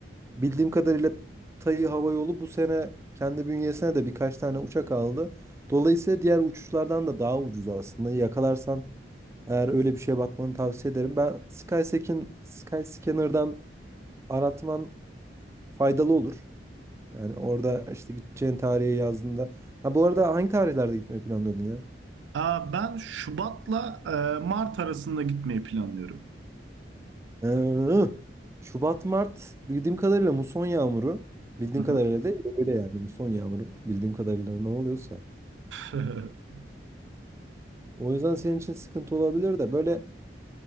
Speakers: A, on the right; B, on the right.
A: bildiğim kadarıyla Tayı Hava Yolu bu sene kendi bünyesine de birkaç tane uçak aldı. Dolayısıyla diğer uçuşlardan da daha ucuz aslında. Yakalarsan Eğer öyle bir şeye bakmanı tavsiye ederim. Ben Skyscan, Skyscanner'dan aratman faydalı olur. Yani orada işte gideceğin tarihi yazdığında. Ha bu arada hangi tarihlerde gitmeyi planlıyordun ya?
B: Aa, ben Şubat'la e, Mart arasında gitmeyi planlıyorum.
A: Ee, Şubat, Mart bildiğim kadarıyla muson yağmuru. Bildiğim
B: Hı hı.
A: kadarıyla değil öyle yani muson yağmuru. Bildiğim kadarıyla ne oluyorsa.
B: <laughs>
A: O yüzden senin için sıkıntı olabilir de böyle